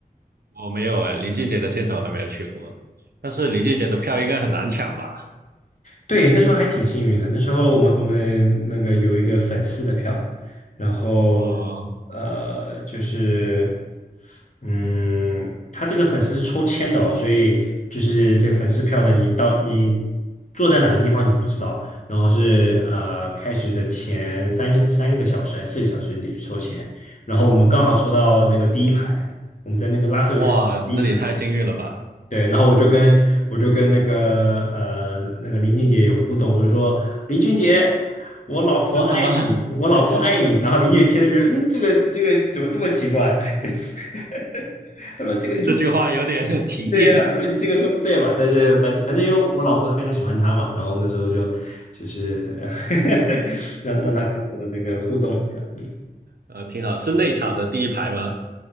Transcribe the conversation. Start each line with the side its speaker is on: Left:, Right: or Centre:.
Right: 我没有哎，林俊杰的现场还没有去过，但是林俊杰的票应该很难抢吧？
Left: 对，那时候还挺幸运的。那时候我们我们那个有一个粉丝的票，然后
Right: 哦，
Left: 呃，就是嗯，他这个粉丝是抽签的哦，所以就是这个粉丝票呢，你到你坐在哪个地方你不知道，然后是呃开始的前三个三个小时还是四个小时你去抽签，
Right: 嗯，
Left: 然后我们刚好抽到那个第一排，
Right: 嗯
Left: 我们在那个拉斯维加斯的第一排，
Right: 哇，那你太幸运了吧？
Left: 对。对，然后我就跟我就跟那个呃那个林俊杰有互动，我就说林俊杰，我老婆爱你，
Right: 真的吗？
Left: 我老婆爱你。
Right: <laughs>
Left: 然后林俊杰听了就嗯，这个这个怎么这么奇怪？<laughs> 他说这个你是
Right: 这句话有点 <laughs> 歧义。
Left: 对呀、他说你这个说不对嘛。但是反正反正因为我老婆非常喜欢他嘛，然后那时候就就是 <laughs> 让让他跟我的那个互动一下。嗯，
Right: 呃，挺好，是内场的第一排吗？